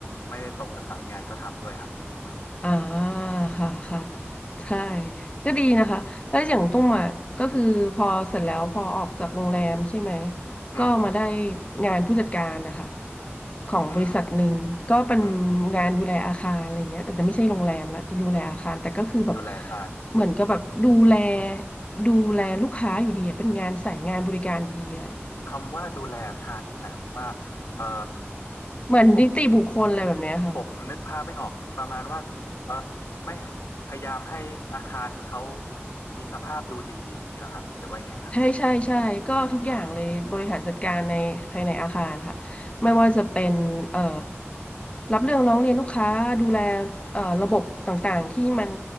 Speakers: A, on the left; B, on the left.
A: ไม่ได้ตรงกับสายงานก็ทำด้วยครับอืม
B: อ่าค่ะค่ะใช่ก็ดีนะคะแล้วอย่างตุ้มอ่ะก็คือพอเสร็จแล้วพอออกจากโรงแรมใช่ไหม
A: อืม
B: ก็มาได้งานผู้จัดการนะคะของบริษัทหนึ่งก็เป็น
A: อืมอืม
B: งานดูแลอาคารอะไรเงี้ยแต่จะไม่ใช่โรงแรมละจะดูแลอาคารแต่ก็คือแบบ
A: ดูแลอาคาร
B: เหมือนกับแบบดูแลดูแลลูกค้าอยู่ดีอะเป็นงานสายงานบริการอยู่ดีแหละ
A: คำว่าดูแลอาคารนี่หมายความว่าเอ่อ
B: เหมือนนิติบุคคลอะไรแบบเนี้ยค่ะ
A: ผมผมนึกภาพไม่ออกประมาณว่าเออไม่พยายามให้อาคารเขามีสภาพดูดีอย่างนี้เหรอครับหรือว่ายังไงครับ
B: ใช่ใช่ใช่ก็ทุกอย่างเลยบริหารจัดการในภายในอาคารค่ะ
A: อืมอืม
B: ไม่ว่าจะเป็นเอ่อรับเรื่องร้องเรียนลูกค้าดูแลเอ่อระบบต่างๆที่มัน
A: อืมอืม